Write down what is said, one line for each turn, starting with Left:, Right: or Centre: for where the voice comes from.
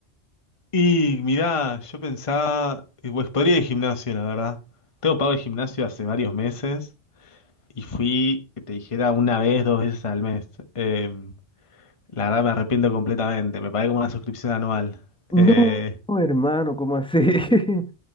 Left: Y mirá, yo pensaba... eh, Pues podría ir al gimnasio, la verdad. Tengo pago de gimnasio hace varios meses y fui, que te dijera, una vez, dos veces al mes. Eh, la verdad me arrepiento completamente. Me pagué como una suscripción anual.
Centre: No,
Left: Eh,
Centre: hermano, ¿cómo así? <laughs>